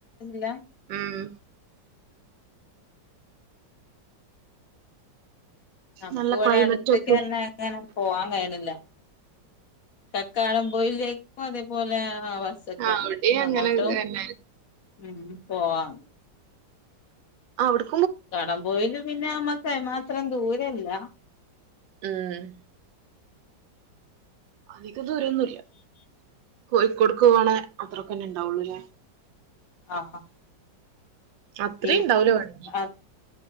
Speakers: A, on the left; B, on the right.
A: <unintelligible>
B: മ്
A: നമ്മുക്ക്
B: നല്ല
A: ഇവിടെ
B: ക്ലൈമറ്റും
A: അടുത്തക്കന്നെ
B: ഒക്കെ
A: അങ്ങനെ പോവാൻ കഴിയണില്ല തക്കാളം <unintelligible> അതേപോലെ ആ ബസ്സൊക്കെ
B: അവിടെയും
A: ഉണ്ടേ അങ്ങോട്ടും
B: അങ്ങനൊക്കെ തന്നെ
A: ഉം പോവാ
B: അവിടു
A: കടം പോയില് പിന്നെ അമ്മക്ക് അത്രം ദൂരല്ല
B: ഉം അധിക ദൂരോന്നുല്ലാ കോഴിക്കോടുക്ക് പോവാണ അത്രൊക്കന്നെ ഇണ്ടാവുള്ളു ല്ലേ
A: ആഹ്
B: അത്രേ
A: ഹ <unintelligible>
B: ഉണ്ടാവൂല വേണെങ്കി
A: <unintelligible>